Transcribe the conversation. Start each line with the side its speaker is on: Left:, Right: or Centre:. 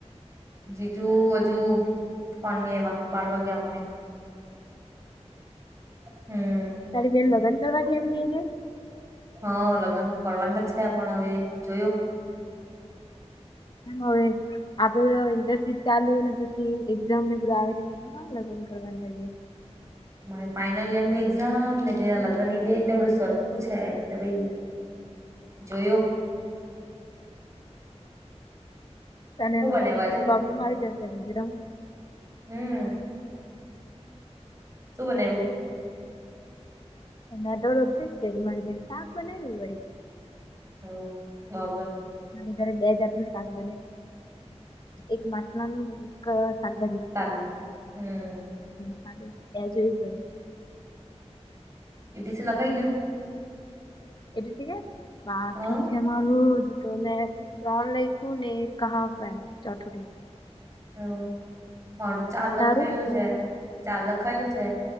Right: જીજુ હજુ ફોન નહીં આવા બાર વાગ્યા મે, હમ,
Left: તારે બેન લગન કરવાવાની એમ ગેઈ,
Right: હા લગ્ન કરવાન છે પણ હવે જોયો,
Left: હવે આપડે ઇન્ટરશિપ ચાલુ ને પછી એઝામ ને બધું આવે તેમાં ખા લગ્ન ક લગન કરીએ,
Right: <inaudible> મારી ફાઈનલ યરની એક્ઝામ ને તેના લગ્ન ની ડેટ ને એવું સરખું છે એટલે પઈ, જોયું,
Left: તને
Right: હું
Left: એમ
Right: બનાવ્યું આજે
Left: પ્રોબ્લેમ આવી જશે, સેવ જરોમ,
Right: હમ, સુ બનાવેવું.
Left: એ દોર ઓદલેશે મળરી બે સાક બનાએવુ હોય.
Right: હ બાબર,
Left: તેની ઘરે બે જાત નું શાક બને એક માસલાને એક શાકભાજી,
Right: સાદુ હમ,
Left: હમાર ત્યાજય બરી,
Right: ઇ દિસે લખાઈ ગયું.
Left: એટ છે બાકી,
Right: ગયું
Left: મારું તો મેં ત્રણ લખું ને એક હાફ એમ ચોથુ,
Right: હ મારું ચાલ લખાયલું
Left: તારું
Right: છે. ચાર લખાયલું છે,